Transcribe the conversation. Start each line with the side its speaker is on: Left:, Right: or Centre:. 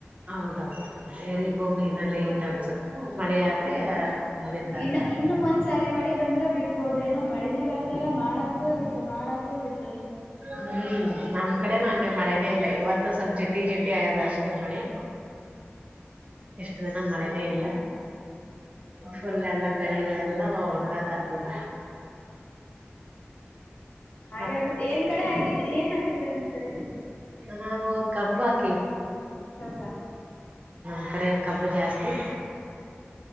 Right: ಹೌದ ಹೌದುೌದು ಎರಿ ಭೂಮಿನ ಲೇಟ್ ಅನ್ಸುತ್ತೆ ಮಳೆ
Left: ಹ
Right: ಆದ್ರೆ ಬಿತ್ತಾತಾರ
Left: ಇನ್ನು ಇನ್ನು
Right: ಅದನ್ನ
Left: ಒಂದ್ಸರಿ ಮಳಿ ಬಂದ್ರೆ ಬಿತ್ಬೋದೇನೋ ಮಳಿನೇ ಬರ್ತ ಲ್ಲ ಮಾಡಾಕ್ತದೆೇ ಬಿಡ್ತು ಮಾಡಕ್ದ ಬಿಡ್ತು.
Right: ಹ್ಮ್ ನಮ್ ಕಡೆ ನಂಗೆ ಮಳೆನೇ ಇಲ್ಲ ಇವತ್ತು ಸ್ವಲ್ಪ ಜಿಟಿ ಜಿಟಿ ಆಗದ ಅಷ್ಟೇ ಮಳಿ
Left: ಹ್ಮ್
Right: ಇಷ್ಟು ದಿನ ಮಳೆನೇ ಇಲ್ಲ ಫುಲ್ ಎಲ್ಲ ಬೆಳೆಗಳೆಲ್ಲ. ಕತ್ ಬಟ
Left: ಹಾಗೆ
Right: ಹ್ಮ
Left: ಆಗುತ್ತೆ ಏನ್ ಕಡೆ ಹಾಕಿದ ಏನ್ ಹಾಕಿದ್ರಾ ನಿಮ್ ಕಡೆ
Right: ನಾವು ಕಬ್ಬು ಹಾಕಿವ
Left: ಕಬ್ಬ
Right: ಅಕಡೆ ಕಬ್ಬು ಜಾಸ್ತಿ
Left: ಹ್ಮ